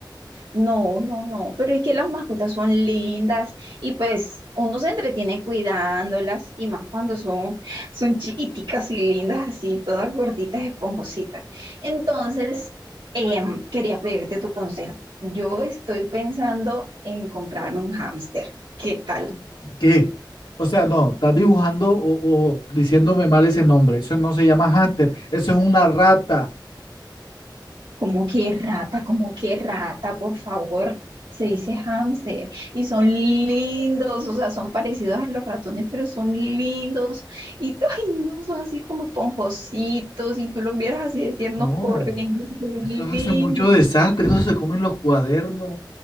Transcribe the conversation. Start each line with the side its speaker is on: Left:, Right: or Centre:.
Right: no, no, no, pero es que las mascotas son lindas y pues uno se entretiene cuidándolas y más cuando son, son chiquiticas y lindas así, todas gorditas, esponjositas. Entonces, em, quería pedirte tu consejo. Yo estoy pensando en comprarme un hámster. ¿Qué tal?
Left: ¿Qué? O sea, no, estás dibujando o, o diciéndome mal ese nombre. Eso no se llama hámster, eso es una rata.
Right: Como que rata, como que rata, por favor. Se dice hamster y son lindos, o sea, son parecidos a los ratones, pero son lindos y ay, no son así como esponjositos y tú los vieras así de tiernos
Left: No,
Right: corriendo, se ven
Left: eso hace
Right: lindos.
Left: mucho desastre, eso se come en los cuadernos.